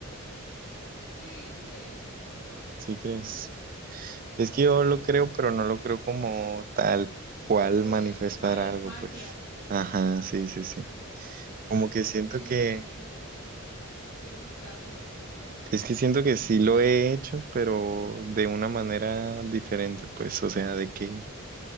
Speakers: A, on the left (about 50°); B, on the right (about 40°).
A: Sí, sí creo. ¿Tú?
B: ¿Sí crees? Es que yo lo creo, pero no lo creo como tal cual
A: Como
B: manifestar
A: dije, ay,
B: algo,
A: es magia.
B: pues. Ajá, sí, sí,
A: Sí,
B: sí.
A: sí. Sí,
B: Como que
A: pues
B: siento
A: tienes
B: que,
A: que, que buscarlo
B: es
A: también.
B: que siento que sí lo he hecho, pero de una manera diferente, pues. O sea, de que,